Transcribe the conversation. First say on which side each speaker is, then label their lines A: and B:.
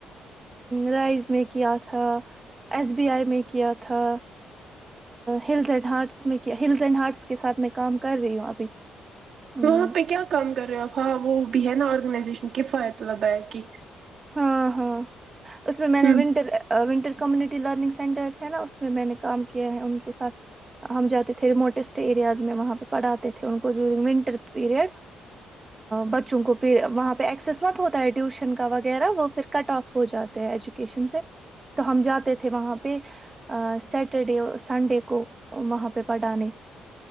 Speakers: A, on the right; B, on the right.
A: رائز میں کیا تھا ایس بی آئی میں کیا تھا ہلز اینڈ ہارٹس میں کیا ہلز اینڈ ہارٹس کے ساتھ میں کام کر رہی ہوں ابھی ہم،
B: وہاں پہ کیا کام کر رہے ہوپ ہاں وہ بھی ہے نا اوررگنائزیشن کے کی فائدتہ لبایا کہ
A: ہاں ہاں اس میں میں نے
B: ہوں
A: ونٹر ونٹر کون لرننگ سینٹر ہے نا اس میں میں نے کام کیا ہے ان کے ساتھ ہم جاتے تھے ریموٹٹ ایریاز میں وہاں پہ پڑھاتے تھے ان کو جونگ ونٹر پیریڈ بچوں کواں پہ ایکسس مت ہوتا ہے ٹیوشن کا و وہ پھر کٹ آف ہو جاتے ہیں ایجوکیشن سے تو ہم جاتے تھے وہاں پہ سٹرڈے سنڈے کو وہاں پہ پڑھانے